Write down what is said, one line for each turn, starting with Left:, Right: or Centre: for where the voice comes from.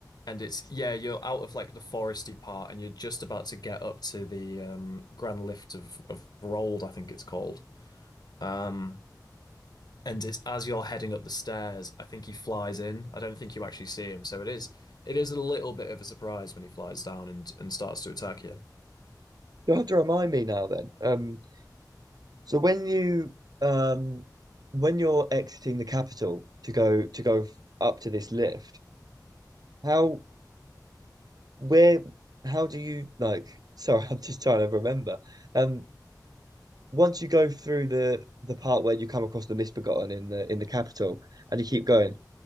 Left: and it's yeah, you're out of like the foresty part and you're just about to get up to the um Grand Lift of of Rold, I think it's called. Um, and it's as you're heading up the stairs, I think he flies in. I don't think you actually see him, so it is it is a little bit of a surprise when he flies down and and starts to attack you.
Right: You'll have to remind me now then. Um, so when you um when you're exiting the capital to go to go up to this lift, how where how do you like? <laughs> Sorry, I'm just trying to remember. Um, once you go through the the part where you come across the misbegotten in the in the capital and you keep going,